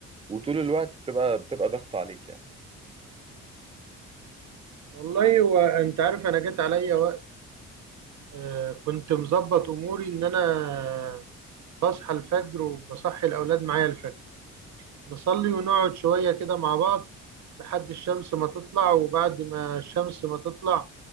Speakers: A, on the right (about 20°); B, on the right (about 65°).
A: وطول الوقت بتبقى بتبقى ضغط عليك يعني
B: والله هو أنت عارف أنا جت عليا وقت آه، كنت مظبط أموري إن أنا بصحى الفجر وبصحي الأولاد معايا الفجر نصلي ونقعد شوية كده مع بعض لحد الشمس ما تطلع وبعد ما الشمس ما تطلع